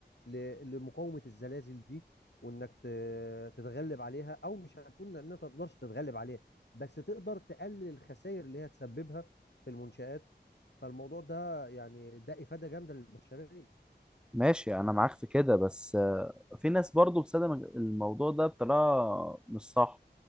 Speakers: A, on the left; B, in the centre.
A: ل- لمقاومة الزلازل دي وإنك ت- تتغلب عليها أو مش هتكون إن أنت ما تقدرش تتغلب عليها بس تقدر تقلل الخسائر اللي هي تسببها في المنشآت فالموضوع ده يعني ده إفادة جامدة للبشرية
B: ماشي انا معاك في كده بس في ناس برضو بتستخدم الموضوع ده بطريقه مش صح